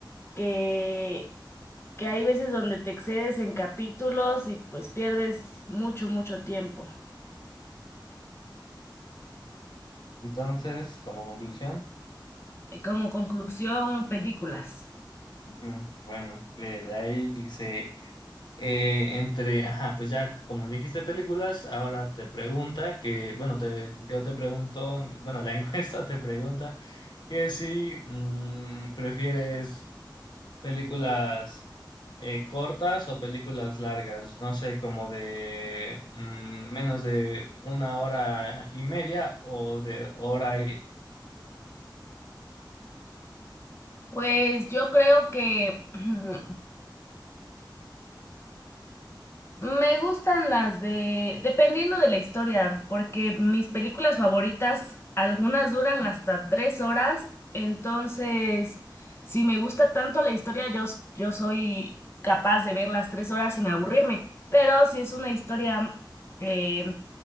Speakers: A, on the left (about 30°); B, on the left (about 65°).
A: que, que hay veces donde te excedes en capítulos y pues pierdes mucho, mucho tiempo.
B: Entonces, como conclusión,
A: Eh, Como conclusión, películas.
B: ujú, bueno, eh, de ahí dice Eh, entre, ajá, pues ya como elegiste películas, ahora te pregunta que, bueno, te, yo te pregunto, bueno, la <laughs> encuesta te pregunta que si mm, prefieres películas eh, cortas o películas largas, no sé, como de mm, menos de una hora y media o de hora y...
A: Pues yo creo que <clears throat> me gustan las de, dependiendo de la historia, porque mis películas favoritas, algunas duran hasta tres horas, entonces si me gusta tanto la historia, yo, s- yo soy capaz de ver las tres horas sin aburrirme, pero si es una historia eh,